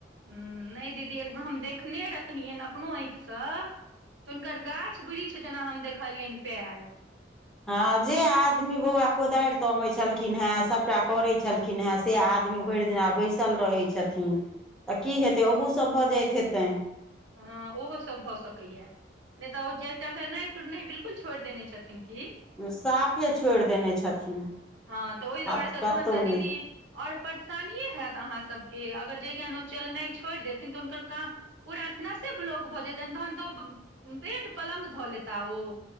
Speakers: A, on the right (about 80°); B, in the centre.
A: ह म नहि दीदी एकबेर हम देखने रहियनि अपनो आँखिसँ तऽ हुनकर गाछ वृक्ष जेना हम देखलियनि पएर
B: हँ, जे आदमी बौआ कोदारि तमैत छलखिन हेँ सभटा करैत छलखिन हेँ से आदमी इभरििना दिनी बैसल रहै छथिन तऽ की हेतै ओहूसँ भऽ जाइत हेतनि
A: हँ, ओहोसभ भऽ सकैए नै तऽ ओ जाये नहि नहि बिलकुल छोड़ि देने छथिन की
B: साफे छोड़ि देने छथिन।
A: ह तऽ ओहि दुआरे
B: आब
A: तऽ
B: कतहु
A: तहन तऽ
B: नहि
A: दीदी और परेशानीे हैत अहा सबके अगर जजञा ओ चलेनाइ छोड़ि देथिन तऽ हुनकर काम पूरा नसेब लोक भऽ जेतैन तहन तऽ ओ बेड पलंग धऽ लेता ओ